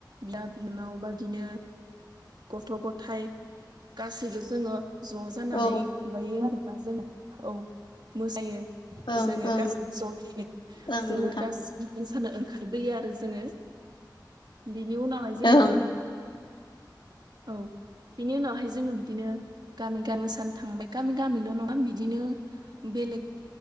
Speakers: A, on the right; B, on the left.
A: बिदा बिनानाव बादिनो गथ' गथाइ गासैबो जोङो ज' जानानै
B: औ
A: माबायो आरोना जों औ मोसायो
B: ओं
A: जोङो
B: ओं
A: गासैबो जनि
B: ओं
A: जोङो
B: नोंथां
A: गाज्रि जानो ओंखारबोयो आरो जोङो बिनि उनाव जोङो
B: ओं
A: औ बिनि उनावहाय जोङो बिदिनो गामि गामि सान थांबाय गामि गामिल' नङा बिदिनो बेलेग